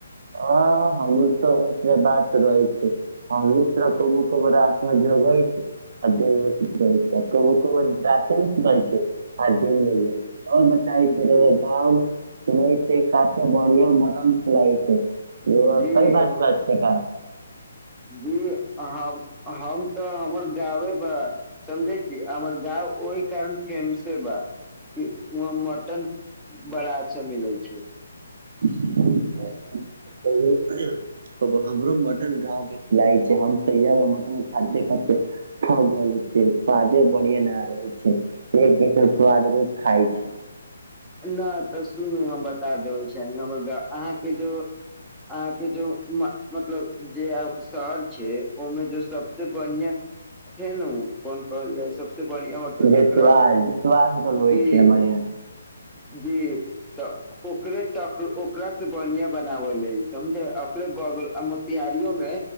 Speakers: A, on the right (about 55°); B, in the centre.
A: हँ हमर तऽ ओहिसे बात रहै छै अवित्र कोबो को रात मे जोगै छै अध सु कह छै आ क कोमे सु कहै छै आर दिन मिल जे आ बताै छैर
B: जी
A: गाँव मे तीे काफी बढ़िआ मटन खियाबई छै
B: जी
A: कऽ बात
B: हम
A: बात छै क
B: जी अहाँ अब हम तऽ हमर गाबै बा समझे छी हमर गा ओहि कारण फेमसे बा वहाँ मटन बड़ा अच्छा मिलै छै
A: <unintelligible> कहीओ हमरो मटन गांव के खिलाई छै हम ते यहाँ मटन खाते खाते थक गेले छी स्वादे बनरिआ न रहै छै एक दीषन स्वाद रोज खाय छै
B: नै तऽ सुन हम बता अहाँ के जो अहाँ के जो मतलब जे आ शहर छै ओहि में जो सबसे बढ़िया केहनो कोन कहल जाय बढ़िआ होटल
A: जे
B: जकरा
A: स्वाद जे स्वाद होटल होइ
B: जी
A: छै हमर यहाँ
B: जी तऽ ओकरे तक ओकरा से बनिया बनावले समझे ओकरे बल आ मोतिहारारियो में